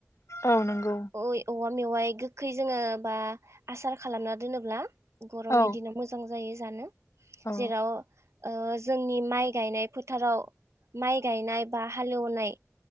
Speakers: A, on the left (about 80°); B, on the right (about 80°).
A: औ नंगौ
B: ओ ओइ अल मेवाइ गो खै जोङो बा आसार खालामना दोनोब्ला गरमनि
A: औ
B: दिनाव मोजां जायो जानो।
A: औ
B: जेराव ओ जोंनि माइ गायनाय फोथाराव माइ गायनाय बा हालौनाय